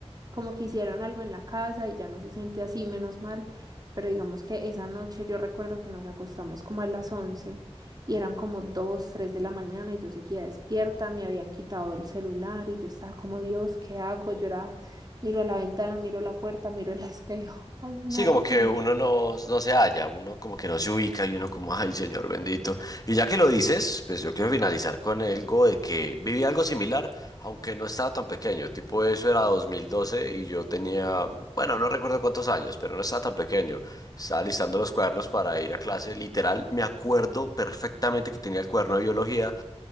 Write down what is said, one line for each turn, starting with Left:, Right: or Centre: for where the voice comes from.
Right: como que hicieron algo en la casa y ya no se siente así, menos mal, pero digamos que esa noche yo recuerdo que nos acostamos como a las 11 y eran como 2 3 de la mañana y yo seguía despierta, me habían quitado el celular y yo estaba como, Dios, ¿qué hago? Yo era, miro a la ventana, miro la puerta, miro el <laughs> espejo. Ay, no,
Left: Sí, como
Right: horrible.
Left: que uno no, no se halla, uno como que no se ubica y uno como, ay, señor bendito. Y ya que lo dices, pues yo quiero finalizar con algo de que viví algo similar, aunque no estaba tan pequeño. Tipo, eso era 2012 y yo tenía, bueno, no recuerdo cuántos años, pero no estaba tan pequeño. Estaba listando los cuadernos para ir a clase. Literal, me acuerdo perfectamente que tenía el cuaderno de biología